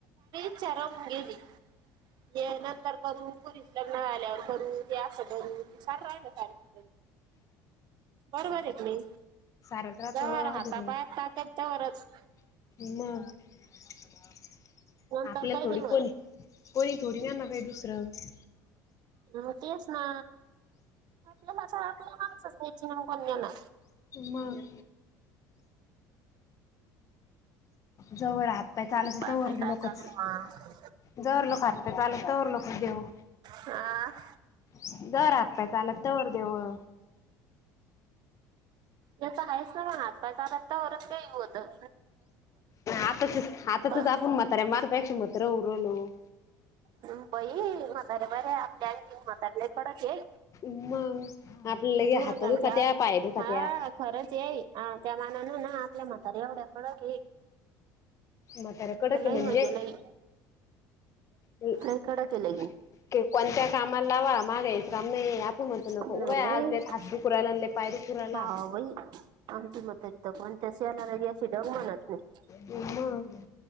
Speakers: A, on the right; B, on the left.
A: चरवून गेली, यानंतरूपरी लग्न आल्यावर करू, ते असं करू, सारं राहिल स बरोबर आहे.
B: सारच राहत
A: जर
B: अधून
A: हातापाया ताकत तवरच
B: <unintelligible>
A: नंतर
B: आपल्याला
A: काही
B: थोडी
A: नाही होत
B: कोणी,, कोणी थोडी नेणार य दुसरंऽ
A: अ तेच ना,, आपल्याला आपल्याला माच त्याची ना कोणनाऽ
B: मग, जवर हातपाय चालत
A: बाकी
B: तवर
A: काय
B: लोकच,
A: चालू आहे मग
B: जवर लोक हात पय चालत तर लोकच देऊऽ
A: हा,
B: जवर आात पय चाला तवर देवऽ
A: याच तर आहेच ना, म आत प लाता वच का होतऽ
B: आतच, आतातच
A: पण
B: आपण मातारे मापेक्ष मातर उन रायलोऽ
A: ह् बई, म्हातारे बरे, आपल्या अंनखीन म्हातारले कडक हेऽ
B: मग, आपल्या लगे
A: तू
B: हात
A: स,,
B: दुखात्या पाय दुखात्या.
A: हा खरंच येई, त्या मानान ना आपल्या मतऽ सर एवढ्या कडक एऽ
B: मातार कडकीे
A: लई
B: म्हणजेऽ
A: म्हणजे लई
B: ह्के,
A: लई कडक आहे लई
B: कामाला लावा मागा याच राम नाही आपण म्हणतो नको
A: नाही
B: उभ्या
A: बाई
B: आजलेत हात दु कुरायला आणले पायरी करायला.
A: हा आमची मतारी तरण त्या श यालालागी अशी डग म्हणत. नाही
B: हो ना.